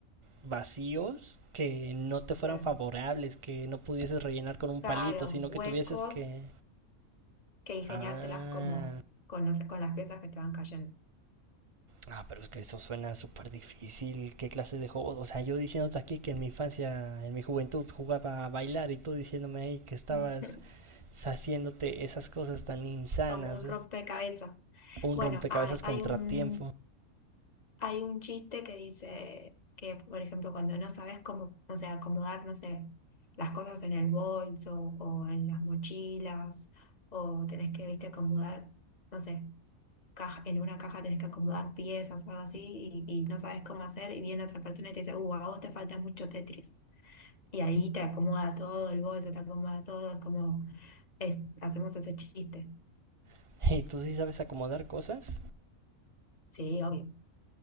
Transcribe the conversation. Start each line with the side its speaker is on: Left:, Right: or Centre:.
Right: vacíos que no te fueran
Left: Claro,
Right: favorables, que no pudieses rellenar con un
Left: claro,
Right: palito, sino
Left: huecos
Right: que tuvieses que...
Left: que ingeniártelas
Right: Ah,
Left: como con, otra- con las piezas que te van cayendo.
Right: ah, pero es que eso suena súper difícil, ¿qué clase de juego? O sea, yo diciéndote aquí que en mi infancia, en mi juventud jugaba a bailar y tú diciéndome ahí que estabas
Left: <laughs>
Right: haciéndote esas cosas tan insanas.
Left: como un
Right: ¿no?
Left: rompecabezas.
Right: un
Left: Bueno,
Right: rompecabezas
Left: hay, hay
Right: contratiempo.
Left: un, hay un chiste que dice que, por ejemplo, cuando no sabes cómo, no sé, acomodar, no sé, las cosas en el bolso o en las mochilas, o tenés que, viste, acomodar, no sé, caja, en una caja tenés que acomodar piezas o algo así y, y no sabes cómo hacer y viene otra persona y te dice, uh, a vos te falta mucho Tetris. Y ahí te acomoda todo el bolso, te acomoda todo, es como, es, hacemos ese chiste.
Right: <laughs> ¿Y tú sí sabes acomodar cosas?
Left: Sí, obvio.